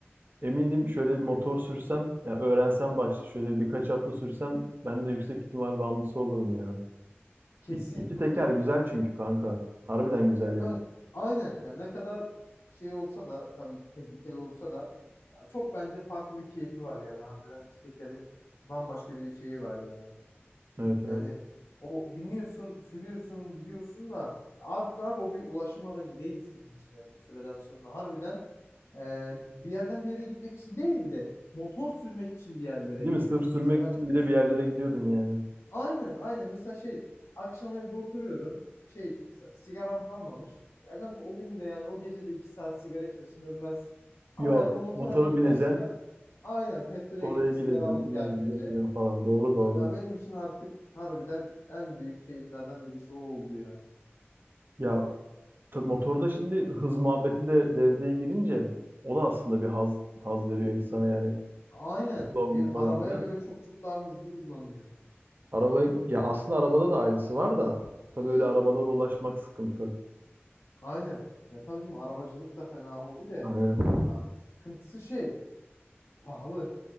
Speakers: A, on the right; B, on the left.
A: Eminim şöyle bir motor sürsem, ya öğrensem başta şöyle birkaç hafta sürsem ben de yüksek ihtimal bağımlısı olurum ya.
B: Kesin.
A: İki, iki teker güzel çünkü kanka. Harbiden güzel
B: Ya kan
A: yani.
B: aynen. Ya ne kadar şey olsa da tabii ki tehlikeli olsa da ya çok bence farklı bir keyfi var yani harbiden iki tekerin bambaşka bir şeyi var ya.
A: Evet
B: Yani
A: evet.
B: o biniyorsun, sürüyorsun, gidiyorsun da artık abi o bir ulaşım aracı değil senin için yani bir süreden sonra harbiden e, bir yerden bir yere gitmek için değil de motor sürmek için bir yerlere
A: Değil
B: gidiyorsun.
A: mi? Sırf sürmek
B: Mesela
A: için bile bir yerlere gidiyordun yani.
B: Aynen aynen mesela şey akşam evde oturuyorum şey mesela sigaram kalmamış ya kanka o gün de yani o gece de iki saat sigara içmesen ölmezsin ama
A: Yok.
B: yani o motora
A: Motora
B: binip
A: bineceksin.
B: o sigara aynen petrole
A: Oraya
B: gidip
A: gideceksin.
B: sigara alıp
A: ineceksin,
B: gelmece
A: geleceksin falan. Doğru doğru.
B: ya benim için artık harbiden en büyük keyiflerden birisi o oldu yani
A: Ya tabii motorda şimdi hız muhabbeti de devreye girince o da aslında bir haz haz veriyor insana yani.
B: aynen
A: Hızlı olmak
B: bir
A: falan
B: arabaya
A: filan.
B: göre çok çok daha hızlı hızlanıyor
A: Araba ya aslında arabada da aynısı var da tabii öyle arabalara ulaşmak sıkıntı.
B: aynen ya tabii canım arabacılık da fena hobi de
A: Aynen.
B: ya sıkıntısı şey pahalı.